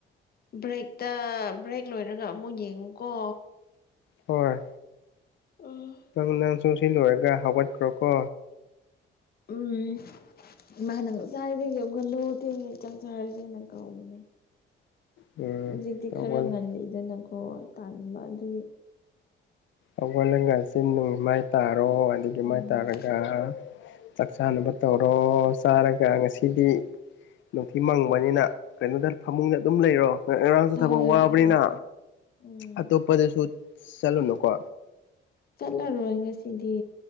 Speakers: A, on the left (about 50°); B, on the left (about 70°).
A: ꯕ꯭ꯔꯦꯛꯇ ꯕ꯭ꯔꯦꯛ ꯂꯣꯏꯔꯒ ꯑꯃꯨꯛ ꯌꯦꯡꯉꯨꯀꯣ
B: ꯍꯣꯏ
A: ꯎꯝ
B: ꯅꯪ ꯅꯪꯁꯨ ꯁꯤ ꯂꯣꯏꯔꯒ ꯍꯧꯒꯠꯈ꯭ꯔꯣ ꯀꯣ
A: ꯎꯝ ꯏꯃꯅ ꯉꯁꯥꯏꯗꯒꯤ ꯍꯧꯒꯠꯂꯣ ꯇꯦꯟꯉ ꯆꯥꯛ ꯆꯥꯔꯁꯦꯅ ꯀꯧꯕꯅꯦ
B: ꯎꯝ
A: ꯍꯧꯖꯤꯛꯇꯤ
B: ꯍꯧꯒꯠ
A: ꯈꯔ ꯉꯜꯂꯤꯏꯗꯅꯀꯣ ꯇꯥꯟꯕ ꯑꯗꯨꯒꯤ
B: ꯍꯧꯒꯠꯂꯒ ꯆꯤꯟ ꯅꯨꯡ ꯃꯥꯏ ꯇꯥꯔꯣ ꯑꯗꯒꯤ
A: ꯎꯝ
B: ꯃꯥꯏ ꯇꯥꯔꯒ ꯆꯥꯛ ꯆꯥꯅꯕ ꯇꯧꯔꯣ ꯆꯥꯔꯒ ꯉꯁꯤꯗꯤ ꯅꯨꯡꯇꯤ ꯃꯪꯕꯅꯤꯅ ꯀꯩꯅꯣꯗ ꯐꯃꯨꯡꯗ ꯑꯗꯨꯝ ꯂꯩꯔꯣ ꯉꯔꯥꯡꯁꯨ
A: ꯍꯣꯏ
B: ꯊꯕꯛ ꯋꯥꯕꯅꯤꯅ
A: ꯍꯣꯏ ꯎꯝ
B: ꯑꯇꯣꯞꯄꯗꯁꯨ ꯆꯠꯂꯨꯅꯨꯀꯣ
A: ꯆꯠꯂꯔꯣꯏ ꯉꯁꯤꯗꯤ